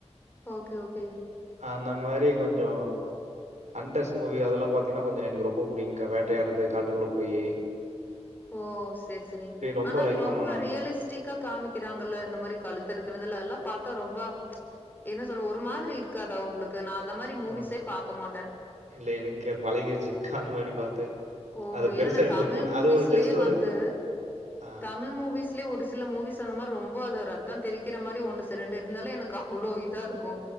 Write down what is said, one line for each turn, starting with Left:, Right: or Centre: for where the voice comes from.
Left: ஓகே ஓகே
Right: அந்த மாரி கொஞ்சோ அண்ட்ரஸ் மூவி
Left: அ
Right: அதெல்லா பாத் சின்ன கொஞ்சோ எனக்கு ரொம்போ புடிக்கியுக்கா வேட்டயாட்றது காட்டுக்குள்ள போயீ
Left: ஓ செரி செரி.
Right: ரொம்ப
Left: ஆனா
Right: லைக்
Left: அது
Right: பண்ணுவேன்
Left: ரொம்ப
Right: நானு
Left: ரியலிஸ் டிக்கா காமிக்கிறாங்கல்ல இந்த மாரி கழுத்தறுக்கறது எல்லா அதெல்லா பாத்தா ரொம்ப என்ன சொல்ல ஒரு மாதிரி இருக்காதா உங்களுக்கு. நா அந்த மாரி
Right: ஆமா
Left: மூவிஸே பாக்க மாட்ட.
Right: இல்ல. எனக்கு பழகிருச்சுங்க்கா அந்த மாரி பாத்து.
Left: ஓ!
Right: அது
Left: ஏன்னா
Right: பெருசா
Left: நான்
Right: எடுத்துக்க
Left: தமிழ்
Right: மாட்ட.
Left: மூவிஸ்லயே
Right: அது ஒரு ஜஸ்ட் ஒரு
Left: வந்து
Right: ஆ
Left: தமிழ் மூவீஸ் ஒரு சில மூவீஸ் அந்த மாரி ரொம்ப அத ரத்தம் தெரிக்கிற மாரி ஒண்ணு சி ரெண்டு இருந்தாலே எனக்கு அவ்ளோ இதா இருக்கு.